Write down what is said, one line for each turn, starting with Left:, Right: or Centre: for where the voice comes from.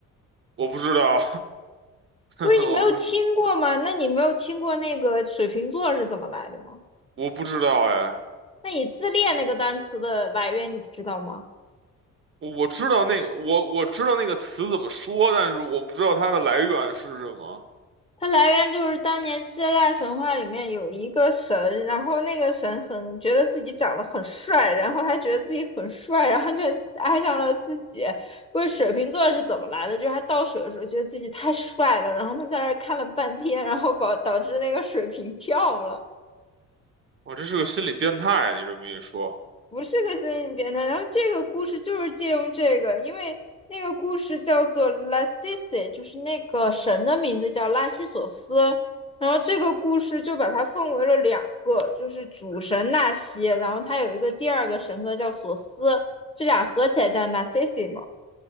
Right: 我不知道，<laughs>
Left: 不是你没有听过吗？
Right: 我不
Left: 那你没有听过那个水瓶座是怎么来的吗？
Right: 我不知道哎。
Left: 那你自恋那个单词的来源你不知道吗？
Right: 我知道那个，我我知道那个词怎么说，但是我不知道它的来源是什么。
Left: 它来源就是当年希腊神话里面有一个神，然后那个神很觉得自己长得很帅，然后他觉得自己很帅，然后就爱上了自己。问水瓶座是怎么来的？就是他倒水的时候觉得自己太帅了，然后他在那儿看了半天，然后导导致那个水瓶跳了。
Right: 我这是个心理变态，你这么一说。
Left: 不是个心理变态。然后这个故事就是借用这个，因为那个故事叫做拉西西，就是那个神的名字叫拉西索斯。然后这个故事就把它分为了两个，就是主神纳西，然后他有一个第二个神格叫索斯，这俩合起来叫 Narcissism。